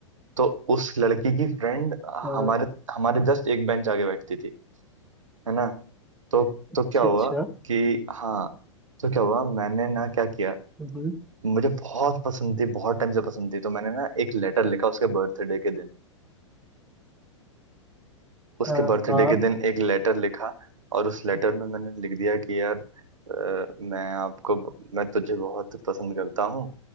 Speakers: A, on the right; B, in the centre.
A: तो उस लड़की की फ्रेंड
B: हाँ,
A: हमारे हमारे जस्ट एक बेंच आगे बैठती थी है ना तो
B: अच्छा
A: तो क्या हुआ
B: अच्छा
A: कि हाँ तो क्या हुआ मैंने ना क्या किया
B: हम्म,
A: मुझे बहुत पसंद थी बहुत टाइम से पसंद थी तो मैंने ना एक लेटर लिखा उसके बर्थडे के दिन उसके
B: अ,
A: बर्थडे
B: हाँ
A: के दिन एक लेटर लिखा और उस लेटर में मैंने लिख दिया कि यार अ, मैं आपको मैं तुझे बहुत पसंद करता हूँ